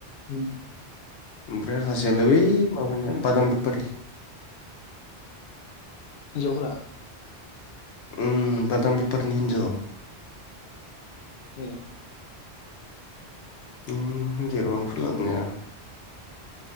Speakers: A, on the left (about 65°); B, on the left (about 85°).
A: उम,
B: ओमफ्राय सासेयालाय बै माबानिया बादाम बेफारि
A: हिन्जावफोरा
B: उम बादाम बेफारिनि हिन्जाव
A: ए
B: <unintelligible>